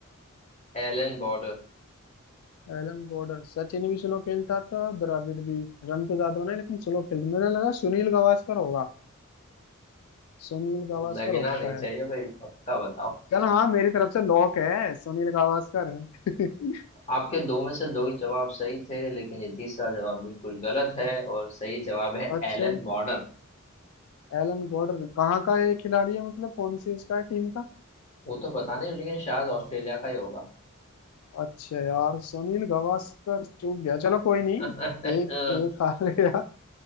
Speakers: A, on the left; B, on the left.
A: Allan Border
B: एलन गॉडर सचिन भी स्लो खेलता था द्रविड़ भी रन तो ज्यादा बनाए लेकिन स्लो खेलता मुझे लगा सुनील गावस्कर होगा सुनील गावस्कर
A: लगना
B: होगा
A: नहीं
B: शायद
A: चाहिए भाई पक्का बताओ
B: चल हाँ मेरी तरफ से लॉक है सुनील गावस्कर है <laughs>
A: आपके दो में से दो ही जवाब सही थे लेकिन ये तीसरा जवाब बिल्कुल गलत है और सही जवाब है
B: अच्छा
A: एलन बॉर्डर
B: एलन गॉडर कहाँ का ये खिलाड़ी है मतलब कौन सी उसका है टीम का
A: वो तो पता नहीं लेकिन शायद ऑस्ट्रेलिया का ही होगा
B: अच्छा यार सुनील गावस्कर चूक गया चलो कोई नहीं
A: <laughs>
B: एक एक हार गया